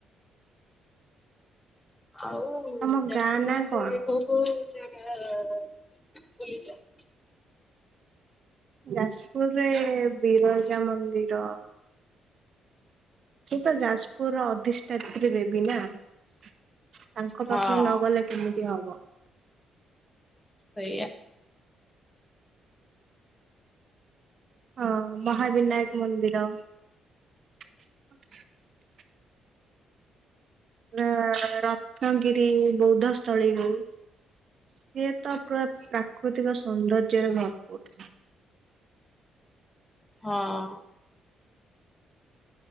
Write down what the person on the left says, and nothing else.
ଆଉ
ଯାଜପୁରରେ
କୋଉ କୋଉ ଜାଗା ବୁଲିଯା
ହଁ
ସେଇଆ।
ହଁ।